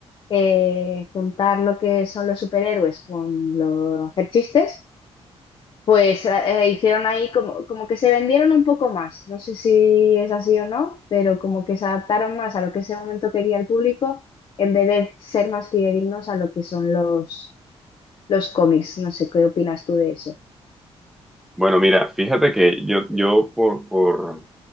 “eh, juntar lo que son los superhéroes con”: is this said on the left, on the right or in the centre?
Left